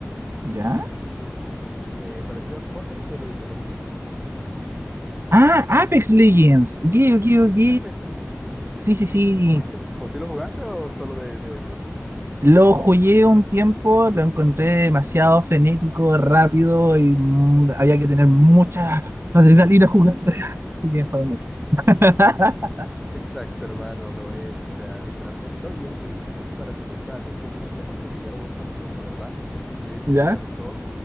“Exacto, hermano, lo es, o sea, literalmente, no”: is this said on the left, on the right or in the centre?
Centre